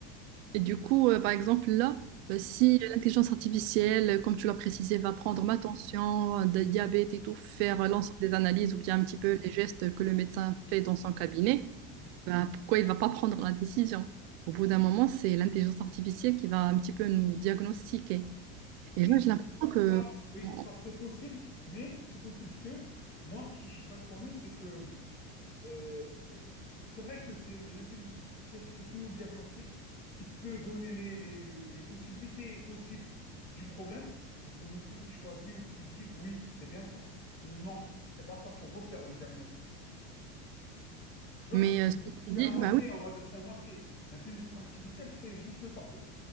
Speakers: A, on the right; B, on the left.
A: Et du coup, euh, par exemple, là, euh,
B: Mhm,
A: si l'intelligence artificielle, euh, comme tu l'as précisé, va prendre
B: mhm,
A: ma tension, euh, de diabète et tout, faire euh, l'ensemble des analyses ou bien un petit peu les gestes que le médecin fait dans son cabinet,
B: mhm, mhm, mhm.
A: ben, pourquoi il ne va pas prendre la décision? Au bout d'un moment, c'est l'intelligence artificielle qui va un petit peu nous diagnostiquer.
B: Oui,
A: Et là, j'ai l'impression
B: ça,
A: que...
B: ça, oui,
A: bon,
B: ça c'est possible, mais c'est possible que moi, ce que je préconise, c'est que Euh, euh, c'est vrai que c'est l'intelligence artificielle qui fait tout le diagnostic, qui peut donner les, les- les- les possibilités possibles du problème, et c'est le médecin qui choisit ou qui dit oui, c'est bien ça, ou non, c'est pas ça, faut refaire le diagnostic. Tu vois,
A: Mais
B: c'est
A: euh,
B: c'est-
A: ce que
B: c'est
A: tu dis,
B: à moitié,
A: bah
B: on va dire, c'est à moitié. L'intelligence artificielle fait juste le pas